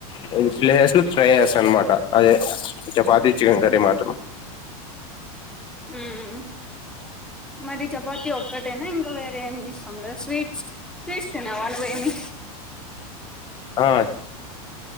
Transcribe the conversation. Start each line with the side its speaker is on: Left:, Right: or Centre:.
Left: <unintelligible> ఫ్రై చేస్తా అన్నమాట అదే చపాతి చికెన్ కర్రీ మాత్
Centre: హ్మ్ మరి చపాతి ఒక్కటేనా ఇంకా వేరే ఏమి ఇష్ స్వీట్స్ స్వీట్స్ తినవా నువ్వు ఏమీ
Left: ఆ